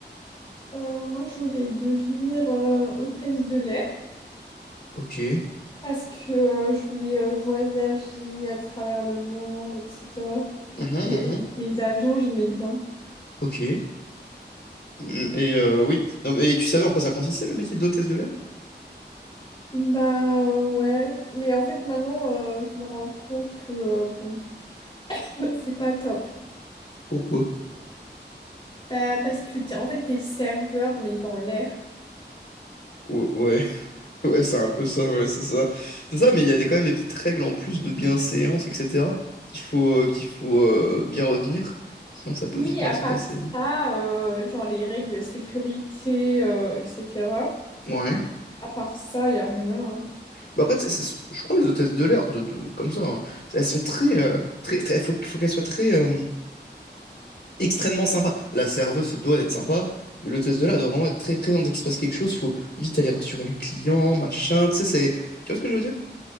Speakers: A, on the left; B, on the left.
A: Euh, moi, je voulais devenir euh, hôtesse de l'air
B: Ok.
A: parce que euh, je voulais euh, voyager à travers le monde, etc.
B: Mhm,
A: Et
B: mhm.
A: euh, les avions, j'aimais bien.
B: Ok. Mm, Et euh, oui. Non, mais tu savais en quoi ça consistait le métier d'hôtesse de l'air?
A: Bah euh, ouais, mais en fait maintenant, euh, je me rends compte que euh, bon, <laughs> c'est pas top.
B: Pourquoi?
A: Bah, parce que t'es- en fait, t'es serveur, mais dans l'air.
B: Ou- Ouais. Ouais, c'est un peu ça, ouais, c'est ça. C'est ça, mais il y a des, quand même des petites règles en plus de bienséance, etc., qu'il faut, euh, qu'il faut euh, bien retenir. Sinon, ça peut
A: Oui,
B: vite mal
A: à
B: se
A: part
B: passer. hein.
A: ça, euh, genre les règles de sécurité, euh, etc.
B: Ouais.
A: À part ça, y a rien. hein.
B: Bah après, c'est- c'est- je crois que les hôtesses de l'air, de, de, comme ça, hein, elles sont très... euh, très, très- faut, faut qu'elles soient très... euh, extrêmement sympas. La serveuse se doit d'être sympa, mais l'hôtesse de l'air, elle doit vraiment être très présente. Dès qu'il se passe quelque chose, faut vite aller rassurer les clients, machin, tu sais, c'est... Tu vois ce que je veux dire?